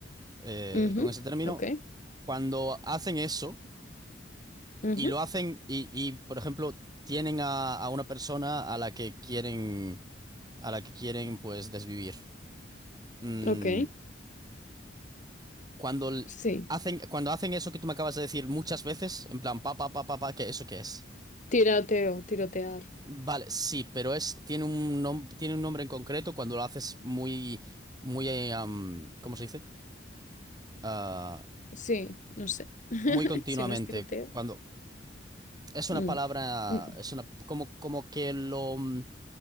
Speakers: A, on the right; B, on the left.
A: eh,
B: Ujú,
A: con ese término.
B: Ok.
A: Cuando hacen eso
B: Ujú,
A: y lo hacen y, y, por ejemplo, tienen a, a una persona a la que quieren, a la que quieren, pues, desvivir. Mm,
B: Ok.
A: cuando l-
B: Sí.
A: hacen, cuando hacen eso que tú me acabas de decir muchas veces, en plan, pa, pa, pa, pa, pa, ¿qué, eso qué es?
B: Tiroteo, tirotear.
A: Vale, sí, pero es, tiene un nom- tiene un nombre en concreto cuando lo haces muy, muy, eh, am, ¿cómo se dice? Ah,
B: Sí, no sé. <laughs>
A: muy continuamente.
B: Si no es tiroteo.
A: Cuando es
B: Mm.
A: una palabra,
B: Mm.
A: es una como, como que lo, mm,